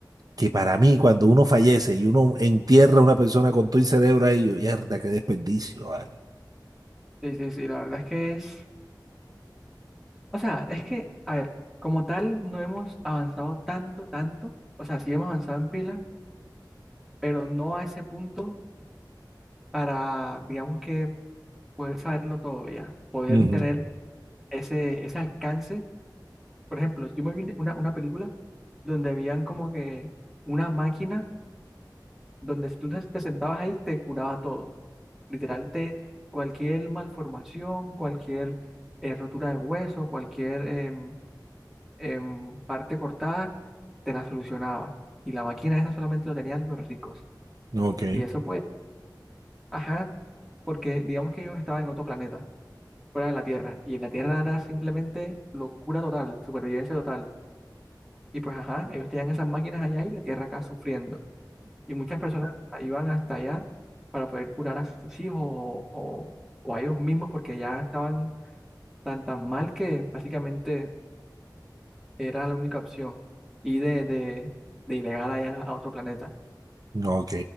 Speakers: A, on the right; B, in the centre.
A: que para mí, cuando uno fallece y uno entierra a una persona con todo el cerebro ahí, yo, mierda, qué desperdicio, vale".
B: Sí, sí, sí, la verdad es que es. O sea, es que, a ver, como tal, no hemos avanzado tanto, tanto. O sea, sí hemos avanzado en pila, pero no a ese punto para, digamos que, poder saberlo todo ya, poder
A: Ujú,
B: tener ese, ese alcance. Por ejemplo, yo me vi una, una película donde habían como que una máquina donde si tú te te sentabas ahí te curaba todo. Literal, te, cualquier malformación, cualquier eh, rotura de hueso, cualquier... em, en parte cortada, te la solucionaba. Y la máquina esa solamente lo tenían los ricos.
A: Ok.
B: Y eso pues, ajá, porque digamos que ellos estaban en otro planeta, fuera de la Tierra. Y en la Tierra era simplemente locura total, supervivencia total. Y pues, ajá, ellos tenían esas máquinas allá y la Tierra acá sufriendo. Y muchas personas iban hasta allá para poder curar a sus hijos o, o- o a ellos mismos porque ya estaban tan tan mal que básicamente era la única opción. Y de, de, de ilegal allá a otro planeta.
A: Ujú, Ok.